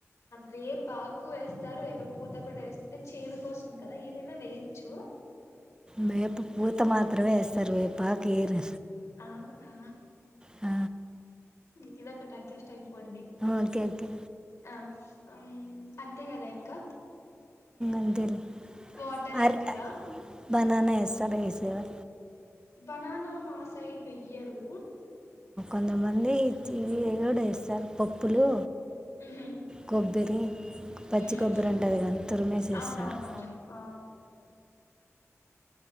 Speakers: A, on the left (about 70°); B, on the right (about 15°).
A: వేపా ఆకు వేస్తారు వేపు పూత కూడా వేస్తారు చేదు కోసం కదా ఏదైనా వేయించు
B: వేపు పూత మాత్రమే ఎస్తారు వేపాఆకు వెయ్యరు
A: అవునా
B: ఆ
A: ది ఒకటి అడ్జస్ట్ పోండి
B: ఓకే ఓకే
A: ఆ అం అంతే కదా ఇంకా
B: అంతేలే
A: వాటర్
B: అ
A: ఏస్తారా
B: బననా ఏస్తారు ఏసీ వాళ్ళు
A: బనానా మా సైడ్ వెయ్యరు
B: ఎంత మంది ఇది ఏన్నొ డేస్ పప్ పప్పులు
A: ఉహు
B: కొబ్బరి పచ్చి
A: ఉమ్
B: కొబ్బరి ఉంటాది గా తురిమేసి ఎస్తారు
A: అవునవునవును ఆ